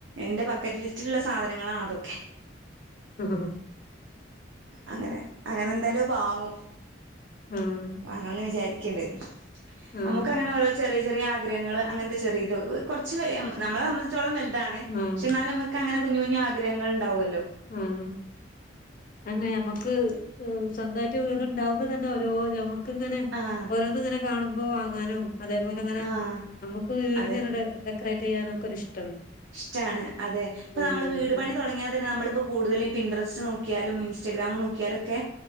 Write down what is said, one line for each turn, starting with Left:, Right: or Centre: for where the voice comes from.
Right: എന്റെ ബക്കറ്റ് ലിസ്റ്റിലുള്ള സാധനങ്ങളാണതൊക്കെ
Left: മ്മ്
Right: അങ്ങനെ അങ്ങനെ എന്തായാലും വാങ്ങും
Left: ആഹ്
Right: വാങ്ങണംന്ന് വിചാരി ക്ക്ണ്ട്
Left: ആഹ്
Right: നമുക്ക് അങ്ങനെ ഒരോ ചെറിയ ചെറിയ ആഗ്രഹങ്ങള് അങ്ങനത്തെ ചെറിതൊള്ളു കൊറച്ച് വെ നമ്മളെ സംബന്ധിച്ചോളം വൽ താണ്
Left: ആഹ്
Right: പക്ഷെ എന്നാലും നമുക്ക് അങ്ങനെ കുഞ്ഞു കുഞ്ഞ് ആഗ്രഹങ്ങൾ ഇണ്ടാവല്ലോ
Left: ഉം ആന്നെ നമ്മക്ക് സ്വന്തായിട്ട് വീടുണ്ടുവുമ്പം തന്നെ ഓരോ നമുക്ക് ഇങ്ങനെ
Right: ആഹ്
Left: ഓരോന്ന് ഇങ്ങനെ കാണുമ്പോ വാങ്ങാനും അതേപോലെ ങ്ങനെ
Right: ആഹ്
Left: നമുക്ക് വീടിങ്ങനെ
Right: അതെ
Left: ഡെ ഡെക്കറേറ്റെയ്യാനൊക്കെ ഒരിഷ്ട
Right: ഇഷ്ടാണ് അതെ ഇപ്പം
Left: ഉം
Right: നമ്മള് വീട് പണി തൊടങ്ങിയാ തന്നെ നമ്മളിപ്പം കൂടുതലും ഈ പിൻട്രസ്റ്റ് നോക്കിയാലും ഇൻസ്റ്റഗ്രാമ് നോക്കിയാലൊക്കെ